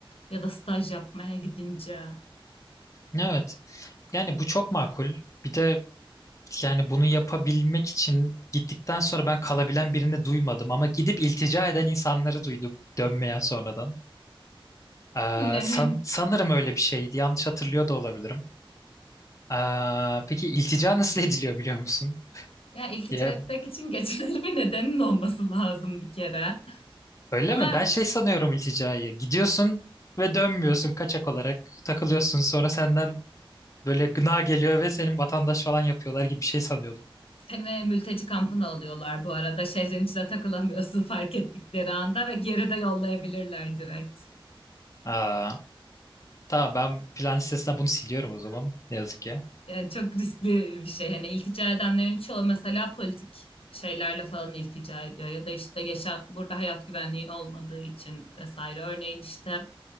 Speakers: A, on the left (about 85°); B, on the left (about 35°).
A: Ya da staj yapmaya gidince.
B: Evet. Yani bu çok makul. Bir de yani bunu yapabilmek için gittikten sonra ben kalabilen birini duymadım ama gidip iltica eden insanları duydum dönmeyen sonradan.
A: Yani
B: Ee, san-
A: <laughs>
B: sanırım öyle bir şeydi. Yanlış hatırlıyor da olabilirim. Ee, peki iltica nasıl <laughs> ediliyor biliyor musun?
A: ya iltica
B: Ya
A: etmek için geçerli bir nedenin olması lazım bir kere.
B: Öyle
A: Ama
B: mi? Ben şey sanıyorum ilticayı. Gidiyorsun ve dönmüyorsun kaçak olarak. Takılıyorsun sonra senden böyle gına geliyor ve senin vatandaş falan yapıyorlar gibi bir şey sanıyordum.
A: seni mülteci kampına alıyorlar bu arada. Şehrin içine takılamıyorsun fark ettikleri anda ve geri de yollayabilirler direkt.
B: Aa, tamam ben plan listesinden bunu siliyorum o zaman. Ne yazık ki.
A: Yani çok riskli bir şey. Hani iltica edenlerin çoğu mesela politik şeylerle falan iltica ediyor ya da işte yaşam burada hayat güvenliğin olmadığı için vesaire. Örneğin işte